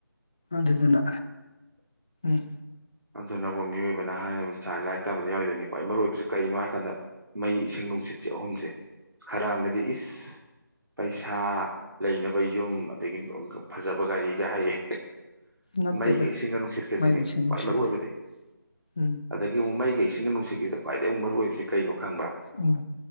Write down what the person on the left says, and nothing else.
ꯑꯗꯨꯗꯨꯅ ꯎꯝ
ꯅꯠꯇꯦꯗ
ꯃꯥꯏ ꯏꯁꯤꯡ ꯅꯨꯡꯁꯤꯠꯅꯦ
ꯎꯝ
ꯎꯝ